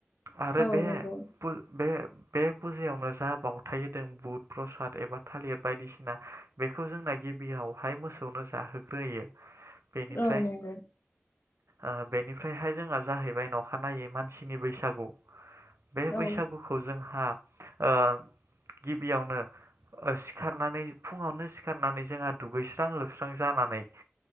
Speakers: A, on the right; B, on the left.
A: आरो
B: औ
A: बे
B: नंगौ
A: पुल बे बे फुजायावनो जा बाव थाय दों बुद प्रसाद एबा थालिर बायदिसि ना बेखौ जोंना गिबियावहाय मोस खौनो जाहोग्रोयो बेनिफ्राय
B: औ नंगौ
A: ओ बेनिफ्रायहाय जोंहा जाहैबाय नखानायै मानसिनि बैसागु बे
B: औ
A: बैसागुखौ जोंहा ओ गिबियावनो सिखारनानै फुङावनो सिखारनानै जोंहा दुगैस्रां लोबस्रां जानानै